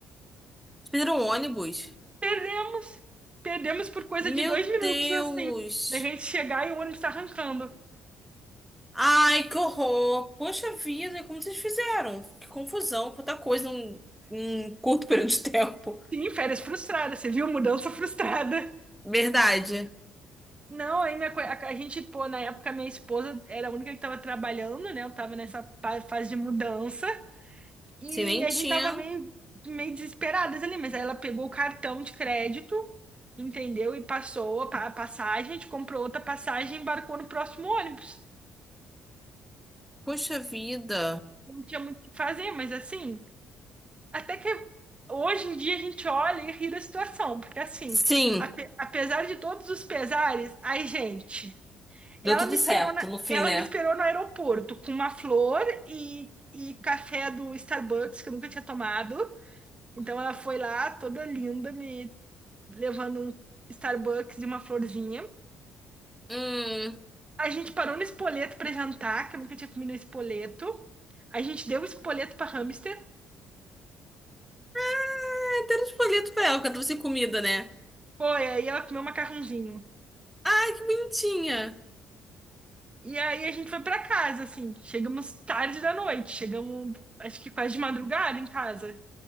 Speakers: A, in the centre; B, on the right.
A: Perderam o ônibus.
B: Perdemos. Perdemos por coisa
A: Meu
B: de dois minutos,
A: Deus!
B: assim. Da gente chegar e o ônibus tá arrancando.
A: Ai, que horror! Poxa vida, como vocês fizeram? Que confusão, quanta coisa em em um curto <laughs> período de tempo.
B: Sim, férias frustradas. Você viu? Mudança frustrada.
A: Verdade.
B: Não, aí minha, co- a, a gente, pô, na época minha esposa era a única que tava trabalhando, né? Eu tava nessa pa- fase de mudança e
A: se nem
B: a
A: tinha.
B: gente tava meio, meio desesperadas ali, mas aí ela pegou o cartão de crédito, entendeu? E passou a pa- a passagem, a gente comprou outra passagem e embarcou no próximo ônibus.
A: Poxa vida.
B: Não tinha muito o que fazer, mas assim, até que hoje em dia a gente olha e ri da situação, porque assim,
A: Sim,
B: ape- apesar de todos os pesares, ai, gente. Ela
A: deu tudo
B: me esperou
A: certo
B: na,
A: no fim,
B: ela
A: né?
B: me esperou no aeroporto com uma flor e, e café do Starbucks que eu nunca tinha tomado. Então ela foi lá toda linda, me levando um Starbucks e uma florzinha.
A: Hum.
B: A gente parou no espoleto para jantar, que eu nunca tinha comido espoleto. A gente deu o espoleto para hamster.
A: Ah, deram os folhetos pra ela, que ela trouxe comida, né?
B: Foi, aí ela comeu um macarrãozinho.
A: Ai, que bonitinha.
B: E aí a gente foi para casa, assim. Chegamos tarde da noite. Chegamos, acho que quase de madrugada em casa.